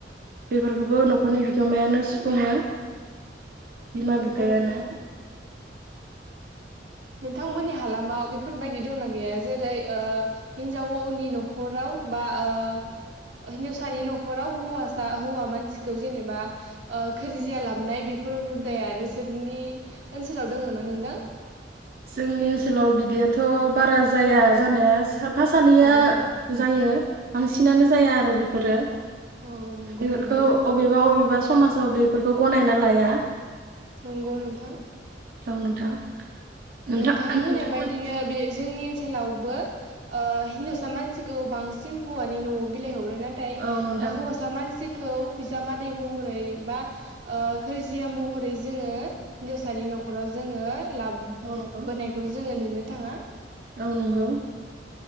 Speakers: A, on the right; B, on the right.
A: बेफोरखोबो न'खरनि बिगोमायानो सुफुङो। बिमा
B: नंगौ
A: बिफायानो
B: नोंथां। नोंथांमोननि हालामाव बेफोरबायदि दंना गैया जेरै ओ हिनजावनि न'खराव बा ओ हिनजावस सानि न'खराव हौवासा हौवा मानसिखौ जेनेबा ओ घोरजिया लाबनाय बेफोर हुदाया नोंसोरनि ओनसोलाव दोङोना नोंदों।
A: जोंनि ओनसोलाव बिदियाथ' बारा जाया जानाया साब फा सानैया
B: नंगौ नामा
A: जायो। बांसिनानो जाया आरो बेफोरो
B: औ नंगौ
A: बेफोरखौ
B: नामा
A: अबेबा अबेब बा समाजाव बेफोरखौ गनायना लाया।
B: नंगौ नोंथां।
A: औ नोंथां। नोंथां
B: नोंथाङा बुंनाय
A: नोंथांमोन
B: बायदिनो बे जोंनि ओन सोलावबो आ हिनजावसा मानसिखौ बांसिन हौवानि न'आव बिलाइ ह हरो नाथाय ओ
A: औ नोंथां
B: हौवासा मानसि खौ बिजामादै महरै बा ओ गोरजिया महरै जोङो सानि न'खराव जोङो लाब
A: औ नंगौ
B: बोनायखौ जोङो नुनो थाङा।
A: औ नंगौ